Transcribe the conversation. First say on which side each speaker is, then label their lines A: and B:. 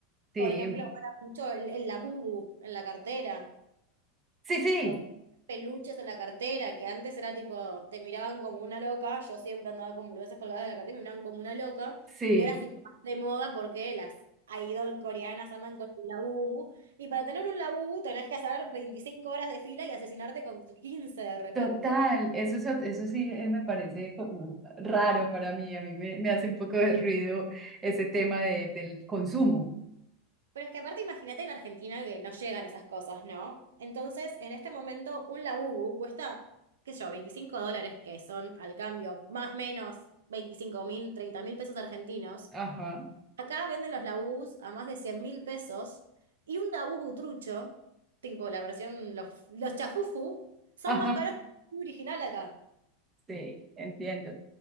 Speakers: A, on the right (about 25°); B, on the right (about 85°).
A: sí,
B: Por ejemplo, ahora mucho el, el labubu en la cartera.
A: sí, sí,
B: O peluches en la cartera, que antes era tipo, te miraban como una loca, yo siempre andaba con boludeces colgadas de la cartera, me miraban como una loca,
A: sí.
B: y ahora es tipo más de moda porque las idol coreanas andan con un labubu, y para tener un labubu tenés que hacer 25 horas de fila y asesinarte con 15 de repente.
A: Total, eso, es ot- eso sí eh, me parece como raro para mí, a mí me, me hace un poco de ruido ese tema de, del consumo.
B: Pero es que aparte imagínate en Argentina que no llegan esas cosas, ¿no? Entonces, en este momento, un labubu cuesta, qué sé yo, 25 dólares, que son al cambio más o menos 25 mil, 30 mil pesos argentinos.
A: Ajá,
B: Acá venden los labús a más de cien mil pesos y un labú butrucho, tipo la versión, los, los chafufu, son
A: ajá,
B: más caros que el labú original acá.
A: sí, entiendo.